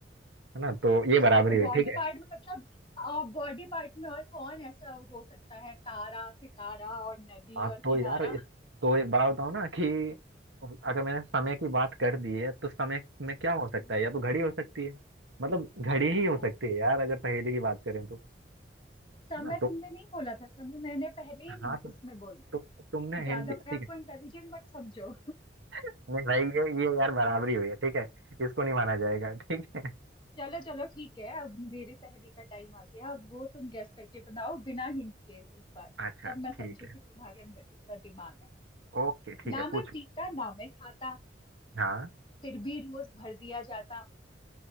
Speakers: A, on the right; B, on the left.
A: है ना तो
B: अच्छा
A: ये बराबरी
B: तो
A: हुई
B: बॉडी
A: ठीक है
B: पार्ट में मतलब बॉडी पार्ट में और कौन ऐसा हो सकता है तारा सितारा और नदी
A: हाँ
B: और
A: तो
B: किनारा
A: यार इस तो एक बात बताओ ना कि अगर मैंने समय की बात कर दी है तो समय में क्या हो सकता
B: हाँ
A: है या तो घड़ी हो सकती है मतलब घड़ी
B: हाँ।
A: ही हो सकती है यार अगर पहेली की बात करें तो
B: समय
A: है ना
B: तुमने
A: तो
B: नहीं बोला था समय मैंने पहले ही
A: हाँ
B: हिं-
A: तो,
B: उसमें बोल दिया
A: तो तुमने
B: ज्यादा
A: हिंट दिया
B: अपने
A: ठीक
B: आप
A: है
B: को इंटेलिजेंट मत समझो
A: <laughs> नहीं भाई ये ये यार बराबरी हुई है ठीक है इसको नहीं माना जाएगा ठीक है
B: चलो चलो ठीक है अब मेरी पहेली का टाइम आ गया अब वो तुम गेस करके बनाओ बिना हिंट के इस बार
A: अच्छा
B: तब मैं
A: ठीक
B: समझू
A: है
B: कि तुम्हारे अंदर कितना दिमाग है
A: ओके ठीक
B: ना
A: है
B: मैं
A: पूछो
B: पीता ना मैं खाता
A: हाँ
B: फिर भी रोज भर दिया जाता